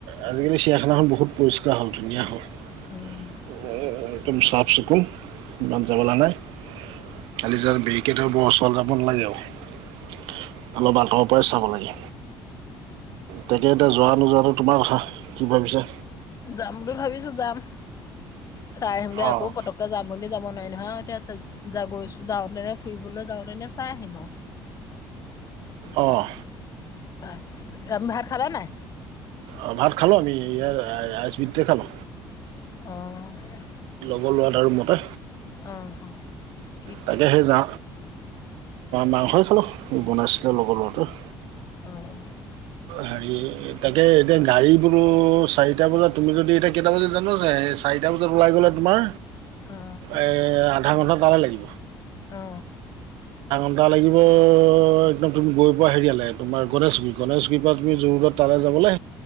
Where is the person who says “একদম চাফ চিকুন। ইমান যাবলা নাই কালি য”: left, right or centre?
Right